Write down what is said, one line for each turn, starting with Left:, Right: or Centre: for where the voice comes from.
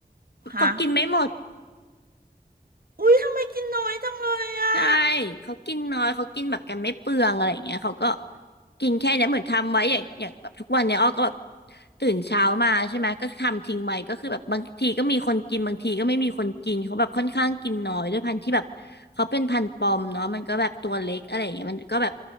Right: ฮะ
Left: เขากินไม่หมด
Right: อุ๊ยทำไมกินน้อยจังเลยอ่ะ
Left: ใช่ เขากินน้อย เขากินแบบกันไม่เปลืองอะไรอย่างเงี้ยเขาก็กินแค่เนี้ยเหมือนทำไว้อย่างอย่างแบบทุกวันเนี้ยอ้อก็แบบตื่นเช้ามาใช่ไหมก็ทำทิ้งไว้ก็คือแบบบางทีก็มีคนกินบางทีก็ไม่มีคนกินเขาแบบค่อนข้างกินน้อยด้วยพันธุ์ที่แบบเขาเป็นพันธุ์ปอมเนาะมันก็แบบตัวเล็กอะไรอย่างเงี้ยมันก็แบบ